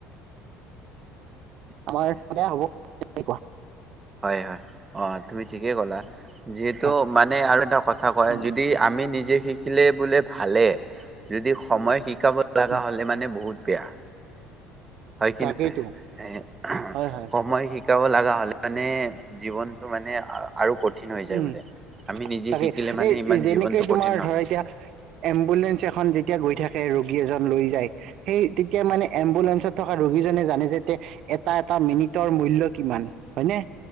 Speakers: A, on the right (about 60°); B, on the right (about 25°).
A: আমাৰ বেয়া হ'ব তে কুৱা
B: হয়, হয়, অ', তুমি ঠিকেই ক'লা। যিহেতু
A: হয়
B: মানে আৰু এটা কথা কয়
A: উম
B: যদি আমি নিজে শে শিকিলে বোলে ভালে যদি সময় শিকাব লগা
A: উম
B: হ'লে মানে বহুত বেয়া। হয় কি
A: তাকেইতো
B: নহয় এ
A: হয় হয়
B: সময় শি শিকাব লগা হ'লে মানে জীৱনটো মানে আৰু কঠিন হৈ যায়
A: উম,
B: বোলে। আমি নিজে
A: তাকে
B: শিকিলে মানে
A: এই
B: ইমান
A: যেনেকে
B: জীৱনটো
A: তোমাৰ
B: কঠিন নহয়।
A: ধৰা এতিয়া এম্বুলেন্ঞ্চ এখন যেতিয়া গৈ থাকে ৰোগী এজন লৈ যায় সেই তেতিয়া মানে এম্বুলেঞ্চত থকা ৰোগীজনে জানে যে এটা এটা মিনি ৰ মূল্য কিমান হয়নে।